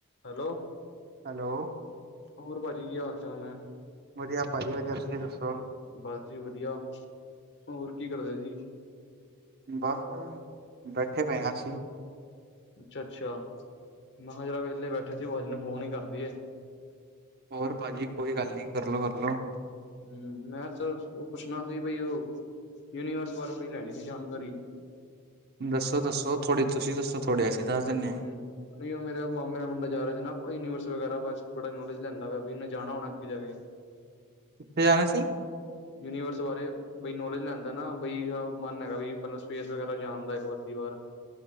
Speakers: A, on the left; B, on the right.
A: Hello.
B: Hello,
A: ਹੋਰ ਭਾਜੀ ਕੀ ਹਾਲ ਚਾਲ ਨੇ।
B: ਵਧੀਆ ਭਾਜੀ ਵਧੀਆ ਤੁਸੀਂ ਦੱਸੋ।
A: ਬਸ ਜੀ ਵਧੀਆ ਹੋਰ ਕੀ ਕਰਦੇ ਸੀ।
B: ਵਾਹ ਬੈਠੇ ਪਏ ਅਸੀਂ।
A: ਅੱਛਾ ਅੱਛਾ ਮਹਾ ਚੱਲ ਵਿਹਲੇ ਬੈਠੇ ਸੀ ਭਾਜੀ ਨੂੰ ਫੋਨ ਹੀ ਕਰ ਦਈਏ।
B: ਹੋਰ ਭਾਜੀ ਕੋਈ ਗੱਲ ਨੀ ਕਰਲੋ ਕਰਲੋ।
A: ਹੂੰ, ਮੈਂ ਤਾਂ ਉਹ ਪੁੱਛਣਾ ਸੀ ਬਈ ਉਹ ਯੂਨੀਵਰਸ ਬਾਰੇ ਥੋੜੀ ਲੈਣੀ ਸੀ ਜਾਣਕਾਰੀ।
B: ਦੱਸੋ ਦੱਸੋ, ਥੋੜੀ ਤੁਸੀਂ ਦੱਸੋ ਤੁਹਾਡੇ ਅਸੀਂ ਦੱਸ ਦੀਨੇ
A: ਹਮ
B: ਆ।
A: ਨਹੀਂ ਉਹ ਮੇਰਾ ਮਾਮੇ ਦਾ ਮੁੰਡਾ ਜਾ ਰਿਹਾ ਸੀ ਨਾ ਯੂਨੀਵਰਸ ਵਗੈਰਾ ਬਸ ਥੋੜਾ ਨੋਲੇਜ ਲੈਂਦਾ ਵਿਆ ਵੀ ਇਹਨੇ ਜਾਣਾ ਹੋਣਾ ਅੱਗੇ ਜਾ ਕੇ।
B: ਕਿੱਥੇ ਜਾਣੇ ਸੀ?
A: ਯੂਨੀਵਰਸ ਬਾਰੇ ਬਈ ਨੌਲੇਜ ਲੈਂਦਾ ਨਾ ਬਈ ਮਨ ਹੈਗਾ ਵੀ ਮਤਲਬ ਸਪੇਸ ਵਗੈਰਾ ਜਾਣ ਦਾ ਇੱਕ ਅੱਧੀ ਵਾਰ। <inaudible>